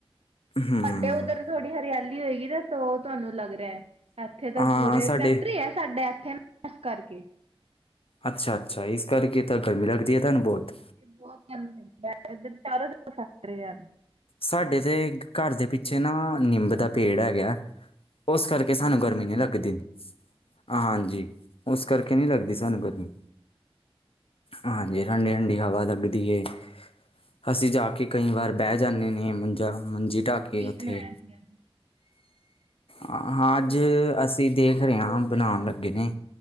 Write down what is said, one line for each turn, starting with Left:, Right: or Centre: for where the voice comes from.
Left: ਹਮ
Right: ਸਾਡੇ ਉਧਰ ਥੋਡੀ ਹਰਿਆਲੀ ਹੋਏਗੀ ਨਾ ਤੋ ਤੁਆਨੂੰ ਲੱਗ ਰਿਹਾ, ਏਥੇ ਤਾਂ
Left: ਹਾਂ
Right: ਪੂਰੇ
Left: ਸਾਡੇ
Right: ਫੈਕਟਰੀ ਐ। ਸਾਡੇ ਏਥੇ ਨਾ, ਏਸ ਕਰਕੇ
Left: ਅੱਛਾ-ਅੱਛਾ, ਇਸ ਕਰਕੇ ਤਾਂ ਗਰਮੀ ਲਗਦੀ ਏ, ਤਾਨੂੰ ਬੋਤ
Right: ਬੋਤ ਗਰਮੀ ਹੁੰਦੀ ਏ, ਏਧਰ ਚਾਰੋ ਫੈਕਟੀਆ ਨੇ
Left: ਸਾਡੇ ਤੇ ਕਰ ਦੇ ਪਿੱਛੇ ਨਾ ਨਿੰਬ ਦਾ ਪੇੜ ਹੈਗਾ। ਓਸ ਕਰਕੇ ਸਾਨੂੰ ਗਰਮੀ ਨਈ ਲੱਗਦੀ ਹਾਂਜੀ। ਉਸ ਕਰਕੇ ਨੀ ਲੱਗਦੀ ਸਾਨੂੰ ਗਰਮੀ ਹਾਂਜੀ ਠੰਡੀ-ਠੰਡੀ ਹਵਾ ਲੱਗਦੀ ਐ, ਅਸੀਂ ਜਾ ਕੇ ਕਈ ਵਾਰ ਬੈ ਜਾਨੇ ਨੇ ਮੰਜਾ-ਮੰਜੀ ਢਾਕੇ
Right: ਕੀ
Left: ਓਥੇ
Right: ਬਣਾਇਆ ਸੀ ਅੱਜ
Left: ਹਾਂ, ਅੱਜ ਅਸੀਂ ਦੇਖ ਰਹੇ ਹਾਂ ਬਣਾਣ ਲੱਗੇ ਨੇ।